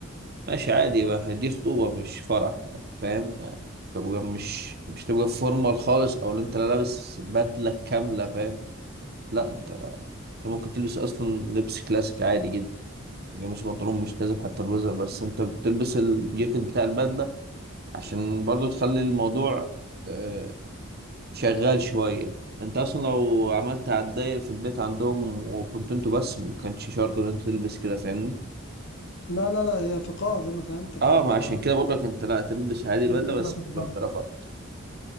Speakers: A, on the right (about 50°); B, on the left (about 55°).
A: ماشي عادي بقى، دي خطوبة مش فرح يعني، فاهم يعني تبقى مش مش تبقى فورمال خالص او اللي انت لا لابس بدلة كاملة فاهم لا انت انت ممكن تلبس اصلا لبس كلاسيك عادي جدا يعني مش بنطلون مش لازم حتى البليزر بس انت بتلبس الجاكيت بتاع البدله عشان برضو تخلي الموضوع آه، شغال شويه انت اصلا لو عملت هتضايق في البيت عندهم وكنت انتوا بس ما كانش شرط ان انت تلبس كده فاهمني
B: لا لا لا هي في قاعه زي ما فهمتك
A: اه
B: يعني
A: ما
B: ف
A: عشان كده بقول لك انت لا تلبس عادي البدله
B: ناس كتير
A: بس
B: هتحضر
A: بالكرافات